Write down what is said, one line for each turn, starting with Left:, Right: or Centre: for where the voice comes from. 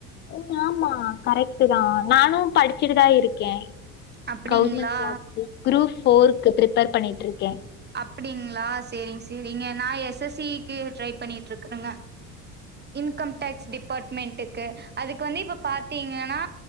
Left: ஏ ஆமா கரெக்ட்டு தா நானு படிச்சுட்டுதா இருக்கே
Right: அப்டிங்களா
Left: கவுர்மெண்ட் ஜாப்க்கு குரூப் ஃபோர்க்கு ப்ரிப்பேர் பண்ணிட்டு இருக்கே
Right: அப்படிங்ளா சேரிங்க சேரிங்க நா எஸ் எஸ் சி க்கு ட்ரை பண்ணிட்டு இருக்குறேங்க இன்கம் டேக்ஸ் டிபார்ட்மெண்ட்டுக்கு அதுக்கு வந்து இப்ப பாத்தீங்க ன்னா